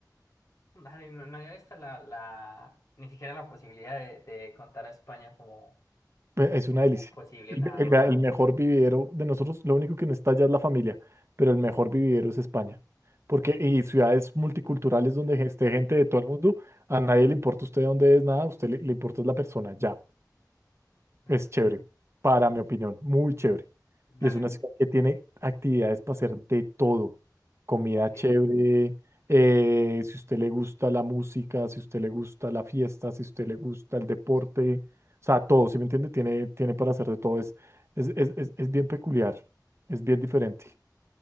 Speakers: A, on the left; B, on the right.
A: Dale, no, no había visto la, la, ni siquiera la posibilidad de, de contar a España como,
B: Ve- Es
A: co-
B: una delicia.
A: como posible
B: El,
A: lado.
B: ve- el- vea, el mejor vividero de nosotros, lo único que no está ya es la familia, pero el mejor vividero es España. Porque y ciudades multiculturales donde ge- esté gente de todo el mundo, a nadie le importa usted dónde es, nada, a usted le, le importa es la persona, ya.
A: Mm,
B: Es chévere, para mi opinión, muy chévere.
A: Dale,
B: Y es una ciudad que tiene actividades para hacer de todo. Comida
A: como que,
B: chévere, eh, si usted le gusta la música, si usted le gusta la fiesta, si usted le gusta el deporte, o sea, todo, ¿sí me entiende? Tiene, tiene para hacer de todo. Es, es, es, es, es bien peculiar, es bien diferente.